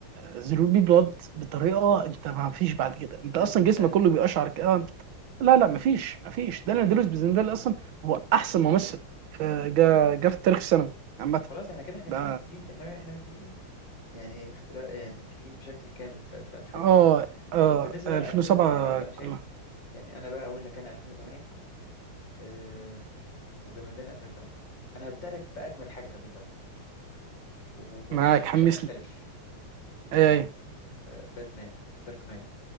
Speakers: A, on the right; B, on the left.
A: زيرو بي بلاد بطريقه انت ما فيش بعد كده انت
B: ممثل
A: اصلا
B: من
A: جسمك
B: قلبه
A: كله بيقشعر كده لا لا ما فيش ما فيش دانيال دي لويس بالنسبه لي اصلا هو احسن ممثل آه، جا جا في تاريخ السينما عامه
B: خلاص احنا كده احنا
A: ده
B: كده متفقين احنا احنا متفقين يعني اختلاف يعني متفقين بشكل كامل في, في 2007
A: اه اه
B: طب بالنسبة
A: 2007
B: بقى 2008 برضو انا شايف
A: كلها
B: يعني انا بقى اقول لك انا 2008 آه وجمدان 2008 انا هبدأ لك بأجمد حاجة في 2008 ومفيش
A: معاك
B: مش
A: حمسني
B: هنختلف
A: اي اي
B: آه باتمان دارك نايت